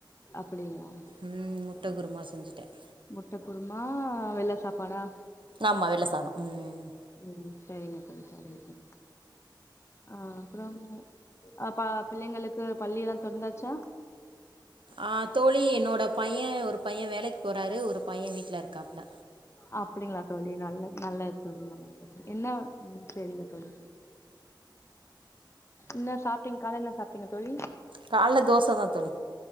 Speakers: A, on the left (about 35°); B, on the right (about 80°).
A: அப்டிங்ளா
B: ம், முட்டை
A: ம்
B: குருமா செஞ்சுட்டேன்
A: முட்ட குருமா வெள்ள சாப்பாடா
B: ஆமா வெள்ள சாதம் ம்
A: ம் சரிங்க தோழி சரிங்க தோழி ஆ அப்றம் அப்ப பிள்ளைங்களுக்கு பள்ளி எல்லா தொறந்தாச்சா
B: ஆ தோழி என்னோட பைய ஒரு பைய வேலைக்கு போறாரு ஒரு பைய வீட்ல இருக்காப்ல
A: அப்டிங்ளா தோழி நல்ல நல்லது தோழி நல்லது தோழி என்ன செரிங்க தோழி என்ன சாப்ட்டீங் கால என்ன சாப்பிட்டீங்க தோழி
B: கால்ல தோச தா தோழி